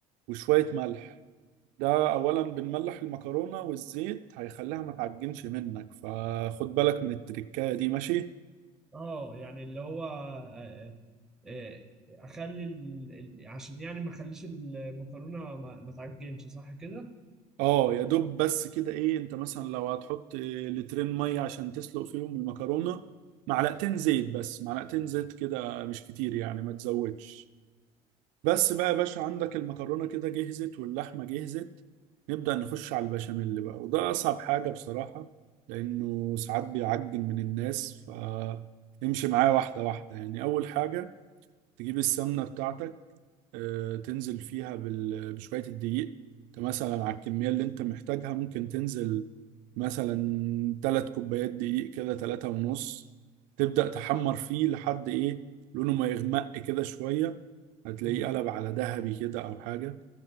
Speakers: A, on the right (about 65°); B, in the centre.
A: وشويه ملح ده اولا بنملح المكرونه والزيت هيخليها ما تعجنش منك فخد بالك من التركايه دي ماشي
B: اه يعني اللي هو آه، آه، آه، اخلي ال... ال- عشان يعني ما اخليش المكرونه ما, ما تعجنش صح كده
A: اه يا دوب بس كده ايه انت مثلا لو هتحط إيه لترين ميه عشان تسلق فيهم المكرونه معلقتين زيت بس معلقتين زيت كده مش كتير يعني ما تزودش بس بقى يا باشا عندك المكرونه كده جهزت واللحمه جهزت نبدأ نخش على البشاميل بقى وده اصعب حاجه بصراحه لانه ساعات بيعجن من الناس فامشي معايا واحده واحده يعني اول حاجه تجيب السمنه بتاعتك آه، تنزل فيها بال- بشوية الدقيق انت مثلا على الكمية اللي انت محتاجها ممكن تنزل مثلا تلات كوبايات دقيق كده تلاتة ونص تبدأ تحمر فيه لحد ايه لونه ما يغمق كده شوية هتلاقيه
B: مم.
A: قلب على ذهبي كده او حاجة